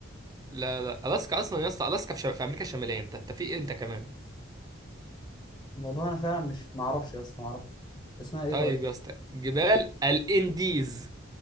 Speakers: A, on the right; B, on the left.
A: لا لا الاسكا اصلا يا اسطى الاسكا في, شم... في امريكا الشماليه انت انت في ايه انت كمان
B: والله انا فعلا مش معرفش يا اسطى معرفش اسمها ايه
A: طيب
B: طيب
A: يا اسطى جبال الانديز